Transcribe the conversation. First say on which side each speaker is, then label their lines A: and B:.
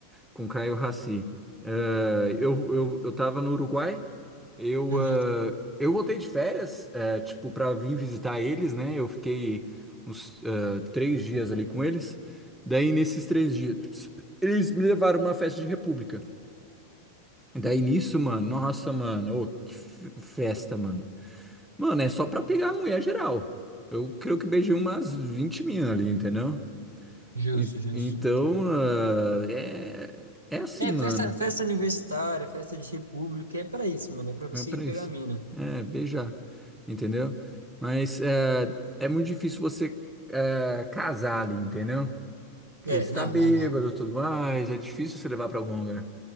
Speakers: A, in the centre; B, on the right.
A: com o Caio Raci. Eh, eu, eu, eu tava no Uruguai, eu,
B: Uhum,
A: ah, eu voltei de férias, eh, tipo, pra vir visitar eles, né? Eu fiquei uns ah, três dias ali com eles. Daí, nesses três dias, eles me levaram numa festa de república. Daí, nisso, mano, nossa, mano, ô, que f- festa, mano. Mano, é só pra pegar a mulher geral. Eu creio que beijei umas 20 minas ali, entendeu?
B: justo,
A: E-
B: justo.
A: então, ah, é, é assim,
B: É,
A: mano.
B: festa, festa universitária, festa de república, é pra isso, mano, é pra você
A: É pra
B: ir pegar
A: isso.
B: a mina.
A: É, beijar. Entendeu? Mas é, é muito difícil você é, casar ali, entendeu? Porque
B: É,
A: você
B: não,
A: tá bêbado
B: não, não.
A: e tudo mais, é difícil você levar pra algum lugar.